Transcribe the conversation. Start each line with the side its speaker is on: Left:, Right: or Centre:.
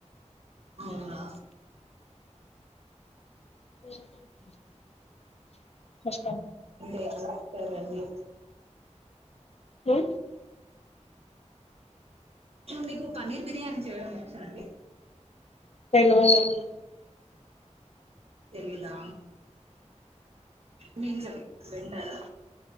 Right: అవునా
Left: ఉం నస్క
Right: అంతే అస్తారండి
Left: హు
Right: మీకు పన్నీర్ బిర్యానీ చేయడం వచ్చా అండి
Left: తెలువదండి
Right: తెలిదా నేను చెప్త వింటారా